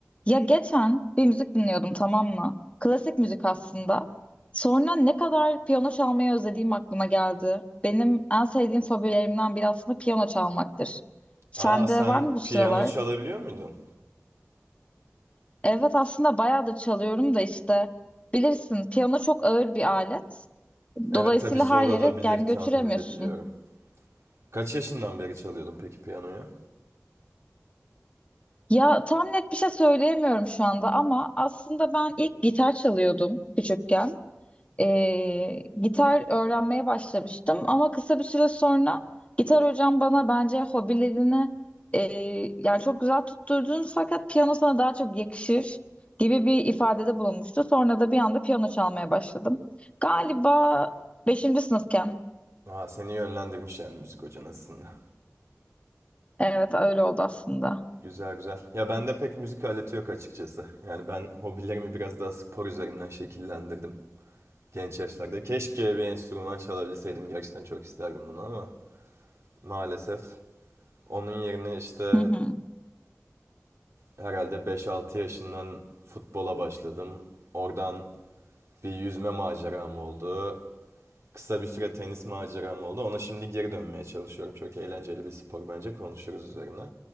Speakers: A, on the left; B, on the right.
A: Ya geçen bir müzik dinliyordum tamam mı? Klasik müzik aslında. Sonra ne kadar piyano çalmayı özlediğim aklıma geldi. Benim en sevdiğim fobilerimden biri aslında piyano çalmaktır. Sende
B: Aa sen
A: var mı bu sıralar?
B: piyano çalabiliyor muydun?
A: Evet aslında bayağı da çalıyorum da işte bilirsin piyano çok ağır bir alet.
B: Evet
A: Dolayısıyla
B: tabii zor
A: her yere
B: olabilir
A: yani
B: tahmin
A: götüremiyorsun.
B: edebiliyorum. Kaç yaşından beri çalıyordun peki piyanoyu?
A: Ya tam net bir şey söyleyemiyorum şu anda ama aslında ben ilk gitar çalıyordum küçükken. Ee, gitar öğrenmeye başlamıştım ama kısa bir süre sonra gitar hocam bana bence hobilerini e, yani çok güzel tutturdun fakat piyano sana daha çok yakışır gibi bir ifadede bulunmuştu. Sonra da bir anda piyano çalmaya başladım. Galiba 5. sınıfken.
B: Aa seni yönlendirmiş yani müzik hocan aslında.
A: Evet öyle oldu aslında.
B: Güzel güzel. Ya bende pek müzik aleti yok açıkçası. Yani ben hobilerimi biraz daha spor üzerinden şekillendirdim genç yaşlarda. Keşke bir enstrüman çalabilseydim. Gerçekten çok isterdim bunu ama maalesef. Onun yerine işte
A: Hı hı.
B: herhalde beş altı yaşından futbola başladım. Oradan bir yüzme maceram oldu. Kısa bir süre tenis maceram oldu. Ona şimdi geri dönmeye çalışıyorum. Çok eğlenceli bir spor bence konuşuruz üzerine.